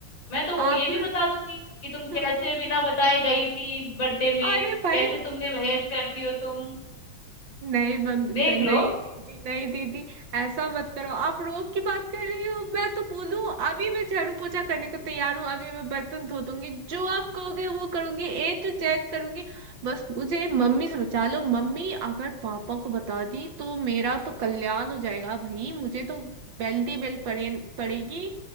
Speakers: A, on the left; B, on the right.
A: मैं तो वो
B: आप
A: ये भी बता दूंगी कि तुम
B: हम्म,
A: कैसे बिना बताए गई थी बर्थडे में
B: अरे भाई
A: कैसे तुमने बहस करती हो तुम
B: नहीं बंद
A: देख
B: नहीं
A: लो
B: दीदी नहीं दीदी ऐसा मत करो आप रोब की बात कर रही हो मैं तो बोलूं अभी मैं झाड़ू पोछा करने को तैयार हूँ अभी मैं बर्तन धो दूंगी जो आप कहोगे वो करूंगी ए टू जेड करूंगी बस मुझे मम्मी से बचा लो मम्मी अगर पापा को बता दी तो मेरा तो कल्याण हो जाएगा भाई मुझे तो बेल दी बेल पड़े पड़ेगी